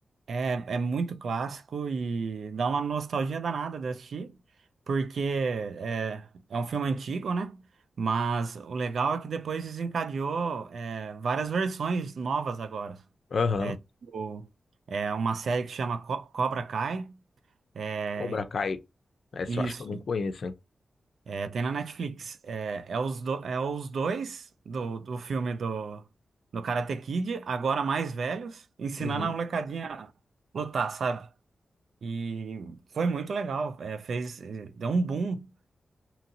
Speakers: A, on the right (about 75°); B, on the left (about 70°).
A: é, é muito clássico e dá uma nostalgia danada de assistir, porque é, é um filme antigo, né? Mas o legal é que depois desencadeou, é, várias versões novas agora.
B: Aham.
A: O- é uma série que chama Co- Cobra Kai. É,
B: Cobra Kai. Essa
A: isso.
B: eu acho que eu não conheço, hein?
A: É, tem na Netflix. É, é, os, do- é os dois do, do filme do, do Karate Kid, agora mais velhos, ensinando
B: Uhum.
A: a molecadinha a lutar, sabe? E foi muito legal. É, fez, é, deu um boom.